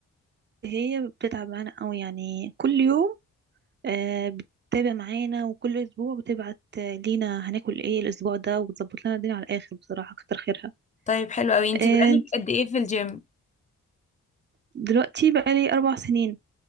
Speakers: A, on the right (about 35°); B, on the left (about 25°).
A: هي بتتعب معانا قوي يعني كل يوم آه بتتابع معانا وكل اسبوع بتبعت آه، لينا هناكل ايه الاسبوع ده وبتظبط لنا الدنيا على الاخر بصراحه كتر خيرها
B: طيب حلو قوي انت
A: آه
B: بقالك قد ايه في الجيم
A: دلوقتي بقى لي اربع سنين